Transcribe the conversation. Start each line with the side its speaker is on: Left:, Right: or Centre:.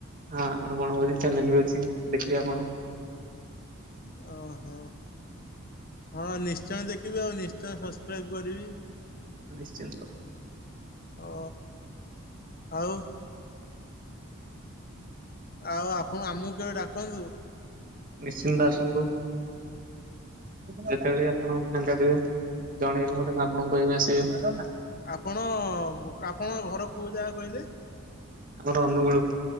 Right: ହାଁ ଆମର ବଣଭୋଜି ଚ୍ୟାନେଲ ବି ଅଛି। ଦେଖିବେ ଆପଣ।
Left: ଓହୋ ହଁ ନିଶ୍ଚୟ ଦେଖିବି ଆଉ ନିଶ୍ଚୟ ସସସ୍କ୍ରାଇବ କରିବି।
Right: ନିଶ୍ଚିନ୍ତ।
Left: ଓ ଆଉ? ଆଉ ଆପଣ ଆମକୁ କେବେ ଡ଼ାକନ୍ତୁ?
Right: ନିଶ୍ଚିନ୍ତ ଆସନ୍ତୁ। ଯେତେବେଳେ ବି ଆପଣ ଫାଙ୍କା ଥିବେ। ଜଣେଇବେ ମତେ ମୁଁ ଆପଣଙ୍କୁ କହିବି ଆସିବେ।
Left: ଆପଣ <unintelligible> ଆପଣଙ୍କ ଘର କୋଉ ଜାଗା କହିଲେ?
Right: ଆମର ଅନୁଗୁଳୁ।